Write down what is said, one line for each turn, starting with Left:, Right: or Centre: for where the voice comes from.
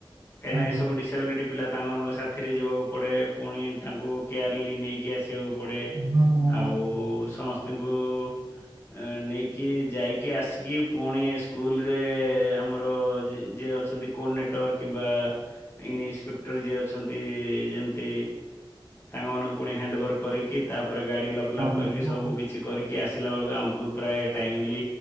Left: କାଇଁନା ଏ
Right: ହୁଁ
Left: ସବୁ ଡିଶ ସାବିଲିଟି ପିଲା ତାଙ୍କ ମାନଙ୍କ ସାଥିରେ ଯିବାକୁ ପଡ଼େ। ପୁଣି ତାଙ୍କୁ କେୟାର୍ଲି ନେଇକି ଆସି ସିବାକୁ ପଡ଼େ।
Right: ହୁଁ ହୁଁ ହୁଁ
Left: ଆଉ ସଂନସ ତାଙ୍କୁ ଏଁ, ନେଇକି ଯାଇକି ଆସିକି ପୁଣି ସ୍କୁଲ୍ ରେ ଆମର ଯି-ଯିଏ ଅଛନ୍ତି କୋନେଟୱର୍ କିମ୍ବା ଇନସିପେକ୍ଟର ଯିଏ ଅଛନ୍ତି ଯେମତି ତାଙ୍କ ମାନଙ୍କୁ ପୁଣି ହେଣ୍ଡଭର୍ କରିକି ତାପରେ ଗାଡ଼ି ଲଗ୍ ଲାକ୍ କରିକି
Right: ହୁଁ ହୁଁ
Left: ସବୁ କିଛି କରିକି ଆସିଲା ବେଳକୁ ଆମକୁ ପ୍ରାୟ ଟାଇମଲି